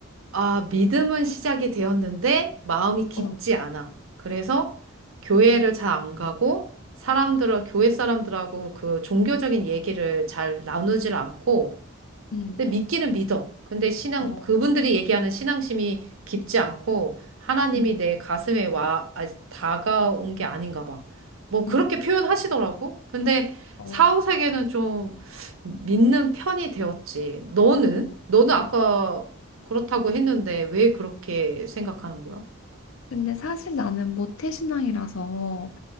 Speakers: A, on the right; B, on the left.
A: 아, 믿음은 시작이 되었는데 마음이 깊지
B: 어,
A: 않아. 그래서 교회를 잘 안 가고 사람들을, 교회 사람들하고 그 종교적인 얘기를 잘 나누질 않고
B: 음,
A: 근데 믿기는 믿어. 근데 신앙,
B: 어,
A: 그분들이 얘기하는 신앙심이 깊지 않고 하나님이
B: 음,
A: 내 가슴에 와, 아, 다가온 게 아닌가 봐. 뭐 그렇게
B: 음,
A: 표현하시더라고. 근데
B: 어,
A: 사후세계는 좀 믿는 편이 되었지. 너는?
B: 어.
A: 너는 아까 그렇다고 했는데 왜 그렇게 생각하는 거야?
B: 근데 사실 나는 모태신앙이라서